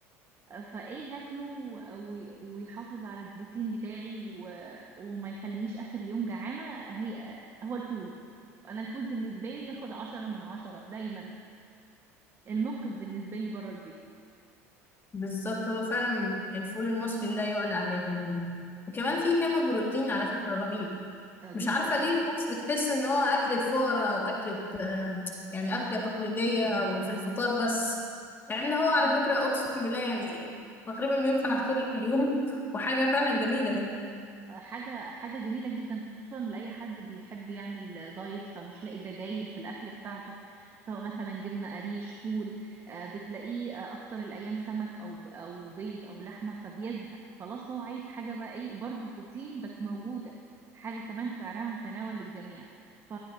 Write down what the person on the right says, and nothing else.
آه، فايه هاكله و- ويحافظ على البروتين بتاعي و- وما يخلينيش اخر اليوم جعانه هي آه، هو الفول انا الفول بالنسبه لي ياخد عشرة من عشرة دايما المنقذ بالنسبه لي بره البيت
آه، جدا
حاجة حاجة جميلة جدا خصوصا لأي حد بيحب يعمل دايت فمش لاقي بدايل في الأكل بتاعته سواء مثلا جبنة قريش فول آه، بتلاقيه آه، أكتر الأيام سمك أو ب- أو بيض أو لحمة فبيزهق خلاص هو عايز حاجة بقى إيه برضو بروتين بس موجودة حاجة كمان سعرها متناول للجميع ف...